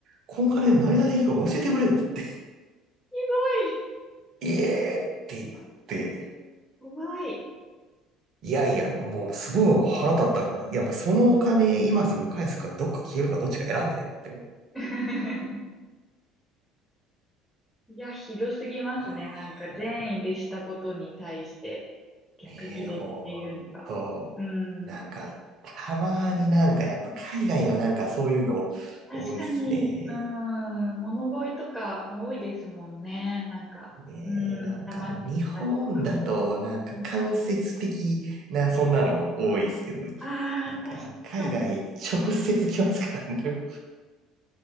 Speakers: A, on the right (about 45°); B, in the centre.
A: この金で何ができるか教えてくれよって。
B: どい。
A: <laughs> ええって言って、
B: 怖い。
A: いやいや、もうすごい腹立ったから、いや、そのお金今すぐ返すか、どっか消えるか、どっちか選んでって。
B: <laughs> いや、ひどすぎますね。
A: ああ、
B: なんか善意でしたことに対して逆ギレっていうのが。
A: ほん、ねえ、ほんと。
B: うー
A: なんか、
B: ん。
A: たまになんかやっぱ海外はなんかそういうの多いっすね。
B: 確かに、うん、物乞いとかも多いですもんね。なんか、
A: ねえ、
B: うん、
A: なんか、
B: 騙してきたり。
A: 日本だと、なんか、
B: うん、
A: 間接的な、そんなの多いですけど、
B: ああ、
A: なんか、
B: 確かに。
A: 海外、直接来ますからね。